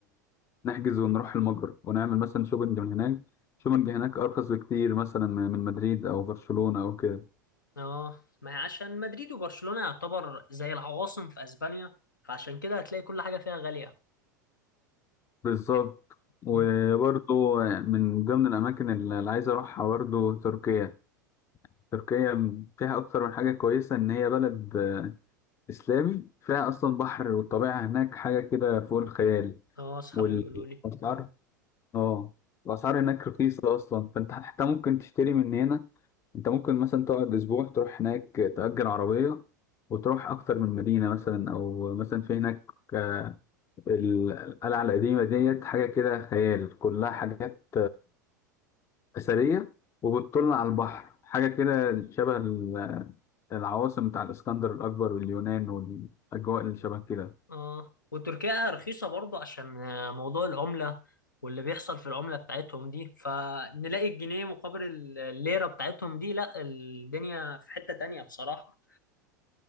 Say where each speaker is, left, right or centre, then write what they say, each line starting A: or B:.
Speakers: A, on the left; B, on the left.
A: نحجز ونروح المجر ونعمل مثلا شوبنج من هناك شوبنج هناك ارخص بكتير مثلا من من مدريد او برشلونه او كده
B: اه ما هي عشان مدريد وبرشلونه يعتبر زي العواصم في اسبانيا فعشان كده هتلاقي كل حاجه فيها غاليه
A: بالظبط وبرضه
B: م.
A: من ضمن الاماكن اللي عايز اروحها برضه تركيا تركيا فيها اكتر من حاجه كويسه ان هي بلد إسلامي فيها أصلا بحر والطبيعة هناك حاجة كده فوق الخيال
B: اه اصحابي
A: والأسعار
B: بيقولوا لي
A: آه الأسعار هناك رخيصة أصلا فأنت حتى ممكن تشتري من هنا أنت ممكن مثلا تقعد أسبوع تروح هناك تأجر عربية وتروح أكتر من مدينة مثلا أو مثلا في هناك آه، القلعة القديمة ديت حاجة كده خيال كلها حاجات أثرية وبتطل على البحر حاجة كده شبه ال- العواصم بتاع الإسكندر الأكبر واليونان والأجواء اللي شبه كده
B: اه وتركيا رخيصة برضه عشان آه، موضوع العملة واللي بيحصل في العملة بتاعتهم دي فنلاقي الجنيه مقابل الليرة بتاعتهم دي لا الدنيا في حتة تانية بصراحة